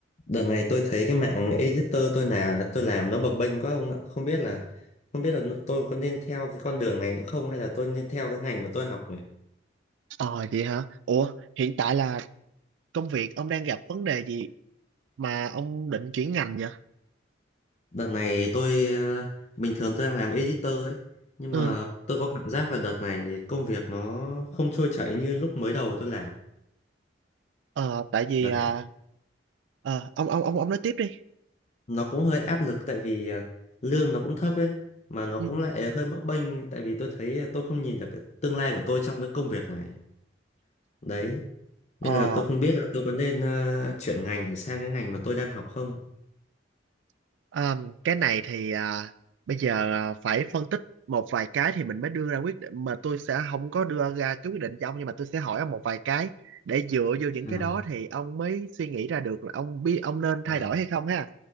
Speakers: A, on the left (about 40°); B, on the right (about 70°).
A: Đợt này tôi thấy cái mạng editor tôi nào tôi làm nó bập bênh quá ông ạ. Không biết là không biết là tôi có nên theo cái con đường này nữa không hay là tôi nên theo cái ngành mà tôi học nhỉ?
B: Ờ vậy hả? Ủa, hiện tại là công việc ông đang gặp vấn đề gì mà ông định chuyển ngành vậy?
A: Đợt này tôi ờ, bình thường tôi đang làm editor ấy, nhưng
B: Ừ,
A: mà tôi có cảm giác là đợt này công việc nó không trôi chảy như lúc mới đầu tôi làm.
B: ờ, tại vì
A: Đấy,
B: à, ờ, ông ông ông ông nói tiếp đi.
A: nó cũng hơi áp lực tại vì ờ, lương nó cũng thấp ấy, mà nó
B: Ừ.
A: cũng lại hơi bấp bênh tại vì tôi thấy tôi không nhìn được cái tương lai của tôi trong cái công việc này. Đấy,
B: Ờ,
A: Nên là tôi không biết là tôi có nên ờ, chuyển ngành để sang cái ngành mà tôi đang học không.
B: à, cái này thì à, bây giờ à, phải phân tích một vài cái thì mình mới đưa ra quyết định mà tôi sẽ không có đưa ra cái quyết định cho ông nhưng mà tôi sẽ hỏi ông một vài cái để dựa vô những
A: à
B: cái đó thì ông mới suy nghĩ ra được là ông biết ông nên thay
A: Ờ,
B: đổi hay không ha.